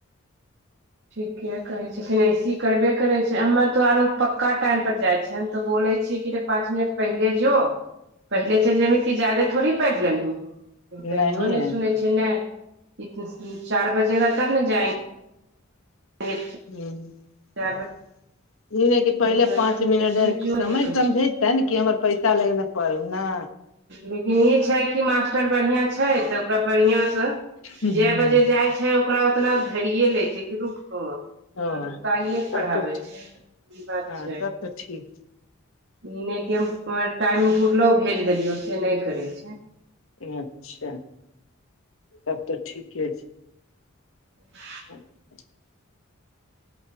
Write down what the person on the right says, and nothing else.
ठीके कहे छथिन ऐसी करबे करे छै हमर तो आरो पक्का टाइम पर जाय छै हम तो बोलै छियै कि रे पाँच मिनट पहिले जो पहिले चैल जेबही की जादे थोड़ी पैढ़ लेमही तयो
नै सुने छै नइ नहि चार बजेगा तब न जाएंगे <inaudible>
चारि
बजेगा
तब ने
ओकरे जो
जे कहै
लेकिन ई छै कि मास्टर बढ़िया छै तऽ ओकरा बढ़िया से
जेय बजे जाइ छै ओकरा ओतना धरिये ले छै कि रुक तो ओकरा
रुकइए कऽ
पढ़ाबे
छै ई बात
छै
ई नहि कि हम टाइम पुरलो भेज देलियौ से नहि करै छै
<inaudible>